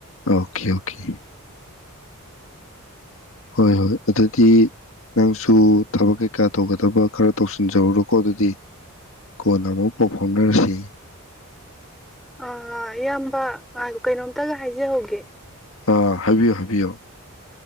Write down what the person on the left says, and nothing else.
ꯑꯣꯀꯦ ꯑꯣꯀꯦ ꯍꯣꯏ ꯍꯣꯏ ꯑꯗꯨꯗꯤ ꯅꯪꯁꯨ ꯊꯕꯛ ꯀꯩꯀꯥ ꯇꯧꯒꯗꯕ ꯈꯔ ꯇꯧꯁꯤꯟꯖꯔꯨꯔꯣꯀꯣ ꯑꯗꯨꯗꯤ ꯀꯣꯟꯅ ꯑꯃꯨꯛ ꯄꯥꯎ ꯐꯥꯎꯅꯔꯁꯤ
ꯑ ꯍꯥꯏꯕꯤꯌꯣ ꯍꯥꯏꯕꯤꯌꯣ